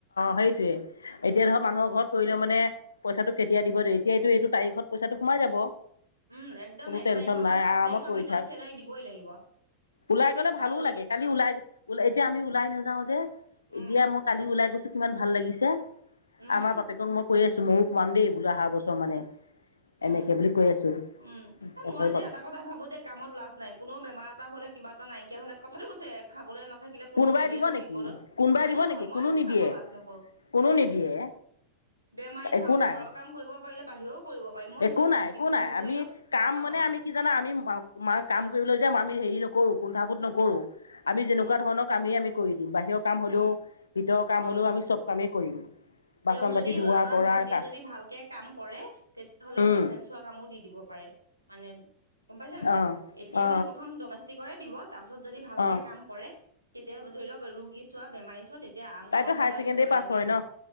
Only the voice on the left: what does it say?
সেইটোৱে, এতিয়া ধৰ মানুহৰ ঘৰত কৰিলেও মানে পইচাটো কেতিয়া দিব দেৰিকে এইটো এইটো তাৰিখ খত পইচাটো সোমাই যাব।
কোনো
টেনচন
নাই
আৰামত
কৰি
থাক
ওলাই গ'লে ভালো
লাগে, কালি ওলাই এতিয়া আমি ওলাই নাযাওঁ যে,
এতিয়া মো কালি ওলাই গৈছোঁ কিমান ভাল লাগিছে,
আমাৰ বাপেকক ম কৈ আছো ময়ো সোমাম দেই বোলো আহা বছৰ মানে। এনেকে
বুলি কৈ আছো
তাৰপিছত
কোনোবাই
দিব
নেকি
কোনোবাই
দিব
নেকি
কোনো
নিদিয়ে
কোনো
নিদিয়ে।
একো
নাই
একো
নাই একো
নাই
আমি
কাম
মানে আমি কি জানা আমি <unintelligible> মাৰ কাম
কৰিব লৈ যাম আমি হেৰি নকৰো কুণ্ঠাবোধ নকৰো, আমি যেনেকুৱা
ধৰণৰ কামেই আমি কৰি দিম। বাহিৰক কাম হ'লেও
ভিতৰৰ কাম
হ'লেও আমি চব কামে কৰিম। বাচন
বাতি
ধোৱা
কৰা
কা
উম
অ
অ
অ অ
তাইতো
হায়াৰ ছেকেণ্ডৰী
পাছ
হয় ন